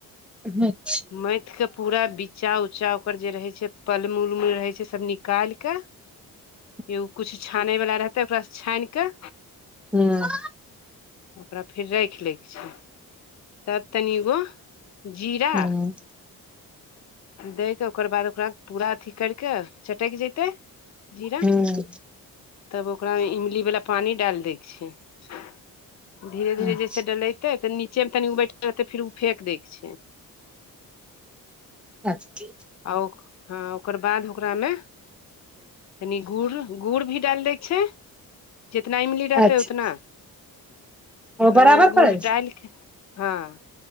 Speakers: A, in the centre; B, on the left.
A: अच्छा
B: मैथ के पूरा बिचा उचा ओकर जे रहे छै पलम उलम रहे छै सब निकाल के
A: <inaudible>
B: एगो किछु छानैवला रहतै ओकरासँ छानि कऽ
A: हँ
B: ओकरा फेर राखि लैके छै तब तनिगो जीरा
A: हँ
B: दै के ओकर बाद ओकरा पूरा अथी कर कऽ चटक जैतै जीरा
A: हँ
B: तब ओकरा मे इमली वाला पानी डाल दै के छै धीरे धीरे
A: अच्छा
B: जैसे डलैतै तऽ नीचे मे तनी उ बैठ रहतै फेर ओ फेक दै के छै
A: अच्छा -
B: आ ह ओकर बाद ओकरा मे तनि गुड़ गुड़ भी डाल देय छै जितना इमली रहते
A: अच्छा
B: उतना ओकरा
A: ओ बराबर
B: मे वह गुड़
A: पड़ै छै
B: डाली के हँ